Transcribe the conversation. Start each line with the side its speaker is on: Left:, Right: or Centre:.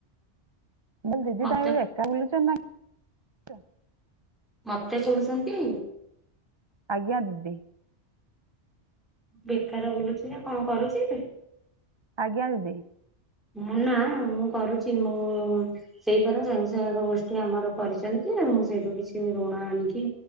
Right: ବ ଦିଦି
Centre: ମତେ
Right: ତା ଏକା ବୁଲୁଛ ନା <unintelligible>
Centre: ମତେ କହୁଛନ୍ତି
Right: ଆଜ୍ଞା ଦିଦି।
Centre: ବେକାର ବୁଲୁଛି ନା କଣ କରୁଛି?
Right: ଆଜ୍ଞା ଦିଦି।
Centre: ମୁଁ ନା ମୁଁ କରୁଛି ମୁଁ ସେଇପରା ସଵୟଂସହାୟକ ଗୋଷ୍ଠୀ ଆମର କରିଛନ୍ତି ମୁଁ ସେଇଠୁ କିଛି ଋଣ ଆଣିକି